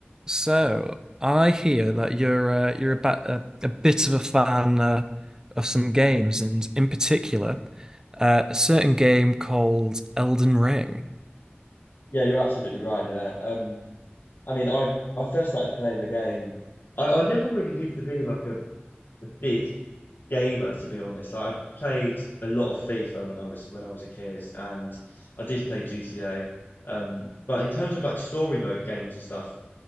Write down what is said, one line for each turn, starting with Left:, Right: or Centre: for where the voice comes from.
Right: So I hear that you're uh, you're about a, a bit of a fan uh, of some games, and in particular, uh, a certain game called Elden Ring.
Left: Yeah, you're absolutely right there. Um, I mean, I I first started playing the game. I, I never really used to be like a, a big gamer, to be honest. I played a lot of FIFA when I was when I was a kid, and I did play GTA. Um, but in terms of like story mode games and stuff,